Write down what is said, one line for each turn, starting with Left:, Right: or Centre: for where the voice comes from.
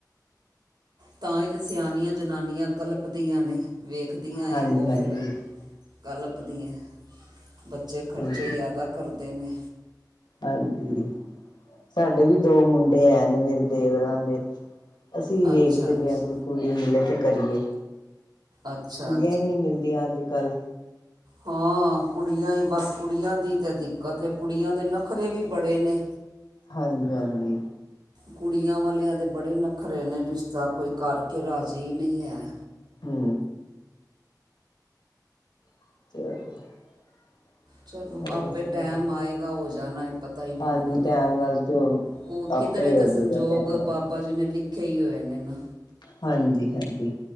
Right: ਤਾਂ ਹੀ ਤੇ ਸਿਆਣੀਆਂ ਜਨਾਨੀਆਂ ਕਲਪਦੀਆਂ ਨੇ, ਵੇਖਦੀਆਂ
Left: ਹਾਂਜੀ
Right: ਉਹ
Left: ਹਾਂਜੀ
Right: ਫਿਰ ਕਲਪਦੀਆਂ ਬੱਚੇ ਖਰਚੇ
Left: ਹਮ
Right: ਜਾਦਾ ਕਰਦੇ ਨੇ
Left: ਹਾਂਜੀ ਸਾਡੇ ਵੀ ਦੋ ਮੁੰਡੇ ਐ ਨੇ ਮੇਰੇ ਦੇਵਰਾਂ ਦੇ ਅਸੀਂ ਵੇਖਦੇ
Right: ਅੱਛਾ ਅੱਛਾ
Left: ਪਏ ਹਾਂ ਕਿ ਕੁੜੀ ਮਿਲੇ ਤੇ ਕਰੀਏ।
Right: ਅੱਛਾ
Left: ਕੁੜੀਆਂ ਹੀ ਨੀ ਮਿਲਦੀਆਂ ਅੱਜ ਕੱਲ
Right: ਹਾਂ, ਹਾਂ ਕੁੜੀਆਂ ਹੀ ਬਸ ਕੁੜੀਆਂ ਦੀ ਤਾਂ ਦਿੱਕਤ ਹੈ ਕੁੜੀਆਂ ਦੇ ਨਖਰੇ ਵੀ ਬੜੇ ਨੇ
Left: ਹਾਂਜੀ-ਹਾਂਜੀ,
Right: ਕੁੜੀਆਂ ਵਾਲਿਆਂ ਦੇ ਬੜੇ ਨਖਰੇ ਨੇ ਰਿਸ਼ਤਾ ਕੋਈ ਕਰਕੇ ਰਾਜ਼ੀ ਨਹੀਂ ਹੈ।
Left: ਹੂੰ, <unintelligible>
Right: ਚਲੋ
Left: ਹੋਰ
Right: ਆਪੇ
Left: ਸੁਣਾਓ
Right: ਟੈਮ ਆਏਗਾ ਹੋ ਜਾਣਾ ਹੈ ਪਤਾ ਹੀ ਨਹੀਂ
Left: ਹਾਂਜੀ
Right: ਲੱਗਣਾ।
Left: ਟੈਮ ਨਾਲ ਜੋ
Right: ਕੋ
Left: ਆਪੇ
Right: ਕਿੱਧਰੇ
Left: ਹੋ
Right: ਤੇ ਸੰਜੋਗ
Left: ਜਾਏਗਾ ਟੈਮ ਨਾਲ
Right: ਬਾਬਾ ਜੀ ਨੇ ਲਿਖੇ ਹੀ ਹੋਏ ਨੇ ਨਾ,
Left: ਹਾਂਜੀ-ਹਾਂਜੀ,